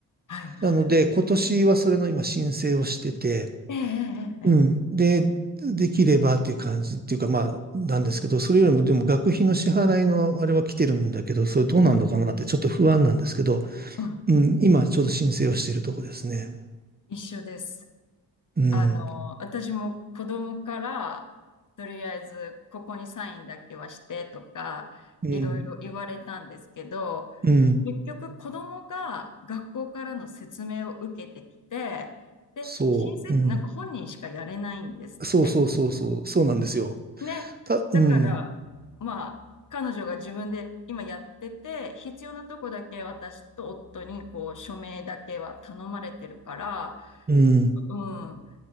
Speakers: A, on the left; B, on the right.
A: はいはい。
B: なので、今年はそれの今申請をしてて、
A: ええ、ええ、ええ、
B: うん。で、できればっていう感じっていうか、まあ、なんですけど、それよりも、でも学費の支払いのあれは来てるんだけど、それどうなんのかなってちょっと不安なんですけど、
A: うんうんうん
B: うん、今ちょうど申請をしているとこですね。
A: 一緒です。
B: うん、
A: あの、私も子供から、とりあえず、ここにサインだけはしてとか、
B: うん、
A: いろいろ言われたんですけど、
B: うん、
A: 結局子供が学校からの説明を受けてきて、で、
B: そう、
A: 申請ってなんか本人しかやれないんですって。
B: うん、そうそうそうそう、そうなんですよ。
A: ね。
B: た、
A: だから、
B: うん、
A: まあ、彼女が自分で今やってて、必要なとこだけ私と夫にこう署名だけは頼まれてるから、
B: うん、
A: うん、